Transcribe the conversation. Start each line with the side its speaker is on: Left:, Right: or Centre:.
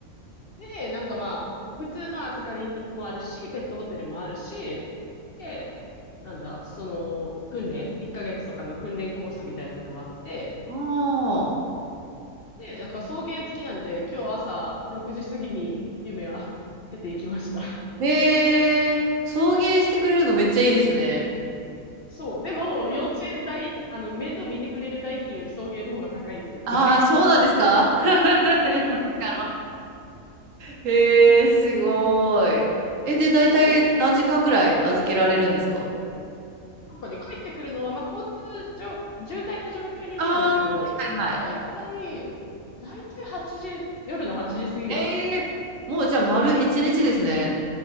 Left: で、なんかまあ、普通の預かりもあるし、ペットホテルもあるし、で、なんだ、その、訓練、1ヶ月とかの訓練コースみたいなのもあって、
Right: あ
Left: で、だから送迎付きなんで、今日朝6時過ぎに夢は出ていきました。<laughs>
Right: ー。へえ、送迎してくれるのめっちゃいいですね。
Left: そう、でも、幼稚園代、あの、面倒見てくれる代金より送迎の方が高いんですけどね。
Right: ああ、そうなんですか <laughs> まさかの。
Left: <laughs> うん。
Right: へえ、すごい。え、で、大体何時間ぐらい預けられるんですか
Left: そう。なんかね、帰ってくるのは、まあ、交通状、渋滞の状況によるんですけど、
Right: ああー、はいはいはい。
Left: だいたい、だいたい8時、夜の8時過ぎぐらい。
Right: ええもうじゃあ丸一日ですね。